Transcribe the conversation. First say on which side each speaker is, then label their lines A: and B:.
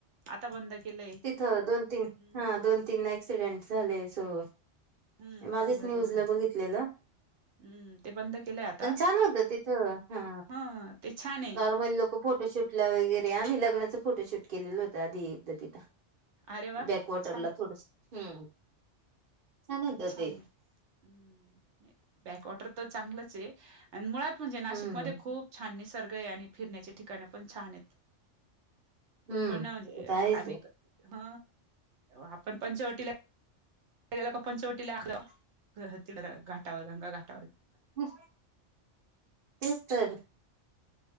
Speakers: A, on the right (about 70°); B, on the right (about 45°).
A: आता बंद केलंय.
B: तिथं दोन तीन.
A: हम्म
B: हा दोन तीन ऍक्सिडेंट झाले. सो
A: हम्म
B: मागेच
A: त्यामुळे
B: न्यूज
A: बंद आहे
B: ला बघितलेलं.
A: हम्म ते बंद केलंय आता
B: पण छान होत तिथ. हा.
A: हा ते छान आहे
B: नॉर्मल लोक फोटोशूट ला वगैरे. आम्ही लग्नाचं फोटोशूट केलेलं होता. आधी एकदा तिथं.
A: अरे वा
B: बॅकवॉटरला
A: छान
B: थोडस. हम्म, छान होतं
A: छान
B: ते.
A: हम्म. बॅकवॉटर तर चांगलंचे आण मुळात म्हणजे नाशिकमध्ये
B: हम्म
A: खूप छान निसर्गय. आणि फिरण्याच्या ठिकाण पण छानेत. मी
B: हम्म.
A: पण म्हणजे,
B: ते तर आहेच
A: आम्ही
B: आहे
A: ह आपण पंचवटीला गेला का, पंचवटी लाखि तीड घाटावर. गंगा घाट
B: ह तेच तर.